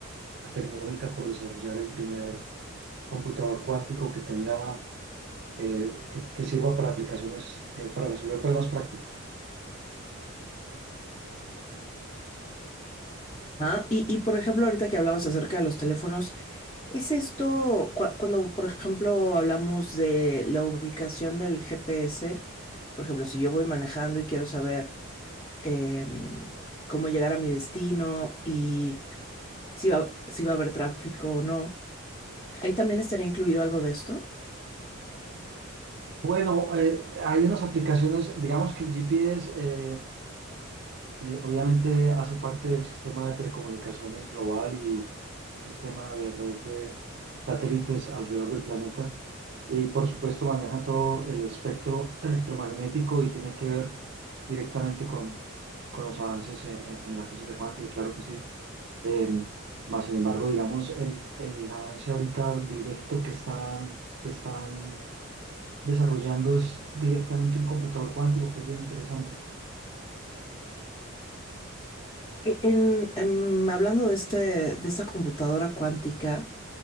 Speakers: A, on the right; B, on the left.
A: tecnológica por desarrollar el primer computador cuántico que tenga, eh, que, que sirva para aplicaciones, eh, para resolver problemas prácticos.
B: Ah, y, y por ejemplo, ahorita que hablabas acerca de los teléfonos, ¿es esto cua- cuando, por ejemplo, hablamos de la ubicación del GPS? Por ejemplo, si yo voy manejando y quiero saber em, cómo llegar a mi destino y si va, si va a haber tráfico o no, ahí también estaría incluido algo de esto.
A: Bueno, eh, hay unas aplicaciones, digamos que el GPS... eh, Eh, obviamente hace parte del sistema de telecomunicaciones global y sistema de red de satélites alrededor del planeta. Y por supuesto maneja todo el espectro electromagnético y tiene que ver directamente con, con los avances en, en- en la física cuántica, claro que sí. Eh, más sin embargo, digamos, el, el avance ahorita directo que están, que están desarrollando es directamente un computador cuántico, que es bien interesante.
B: E- En, em, hablando de este, de esta computadora cuántica.